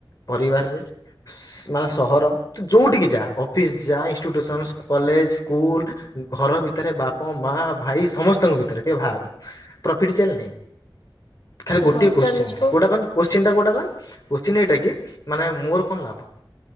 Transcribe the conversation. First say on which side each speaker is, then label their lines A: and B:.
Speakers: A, on the left (about 45°); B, on the left (about 75°).
A: ପରିବାରରେ ସି ମାନେ ସହର ତୁ ଯୋଉଠିକି ଯା ଅଫିସ ଯା ଇନଷ୍ଟି୍ଟୁସନ୍ସ, କଲେଜ, ସ୍କୁଲ, ଘର ଭିତରେ ବାପ୍ ମୋ ମା ଭାଇ ସମସ୍ତଙ୍କ ଭିତରେ ଟିକେ ଭାବେ ପ୍ରଫିଟି ଚାଲନି। ଖାଲି ଗୋଟେ
B: ହଁ
A: କୋଶ୍ଚିନ୍
B: ଚାଲିଛି ପା
A: କୋଟା କନ୍ କୋଶ୍ଚିନ୍ଟା କଉଟା କନ୍? <inaudible> କୋଶ୍ଚିନ୍ ଏଇଟା କି ମାନେ ମୋର କଣ ଲାବ୍?